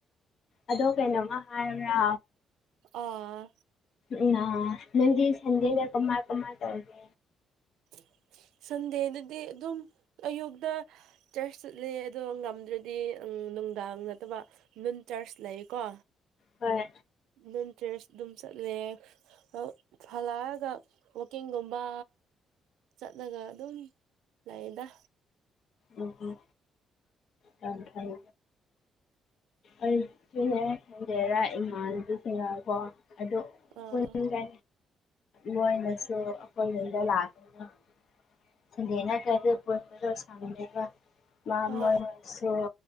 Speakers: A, on the left; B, on the right.
A: ꯑꯗꯣ ꯀꯩꯅꯣꯝꯃ ꯍꯥꯏꯌꯨꯔꯥ
B: ꯑꯥ
A: ꯎ ꯅꯥ ꯅꯪꯗꯤ ꯁꯟꯗꯦꯗ ꯀꯃꯥꯏ ꯇꯧꯔꯒꯦ
B: <inaudible> ꯁꯟꯗꯦꯗꯗꯤ ꯑꯗꯨꯝ ꯑꯌꯨꯛꯇ ꯆꯔꯁ ꯆꯠꯂꯦ ꯑꯗꯣ ꯉꯝꯗ꯭ꯔꯗꯤ ꯎꯝ ꯅꯨꯡꯗꯥꯡ ꯅꯠꯇꯕ ꯅꯨꯨꯟ ꯆꯔꯁ ꯂꯩꯌꯦꯀꯣ
A: ꯍꯣꯏ
B: ꯅꯨꯟ ꯆꯔꯁ ꯑꯗꯨꯝ ꯆꯠꯂꯦ ꯎ ꯍꯜꯂꯛꯑꯒ ꯋꯥꯛꯀꯤꯡꯒꯨꯝꯕ ꯆꯠꯂꯒ ꯑꯗꯨꯝ ꯂꯩꯗ
A: ꯎꯝ ꯌꯥꯝ ꯐꯩ ꯑꯩꯁꯨꯅꯦ ꯗꯦꯔꯥ ꯏꯃꯥꯟꯗꯨ ꯊꯦꯡꯅꯕ ꯑꯗꯣ
B: ꯑꯥ
A: ꯄꯨꯟꯗꯦ ꯃꫭꯏꯅꯁꯨ ꯑꯩꯈꯣꯏ ꯔꯨꯝꯗ ꯂꯥꯛꯀꯅꯤ ꯁꯟꯗꯦꯅ ꯀꯥꯏꯗ ꯀꯣꯏꯕꯗꯣ ꯁꯥꯟꯅꯕ ꯃꯥ
B: ꯍꯣꯏ
A: ꯃꯣꯏꯁꯨ